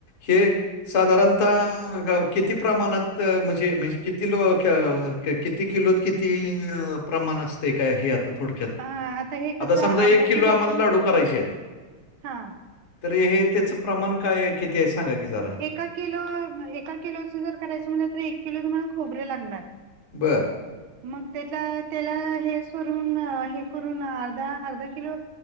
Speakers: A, on the left; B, on the right.
A: हे साधारणतः किती प्रमाणांत म्हणजे म्हणजे किती लो किती किलोत किती प्रमाणं असते कायं हे आंता थोडक्यांत
B: अ आता हे कसं
A: आंता समजां
B: अर्धा
A: एक किलो आम्हांला
B: आपण
A: लांडू करांयचे आहेतं
B: हा.
A: तरं हे त्यांचं प्रमाणं कायं किती आहे सांगा की जरां
B: एकां किलो एकां किलोच जरं करायचं म्हटलं तरं एक किलो तुम्हांला खोबरं लागणारं
A: बरं
B: मंग त्यांतला त्यांला हे सूंन हे करूंन अर्धा अर्धा किलो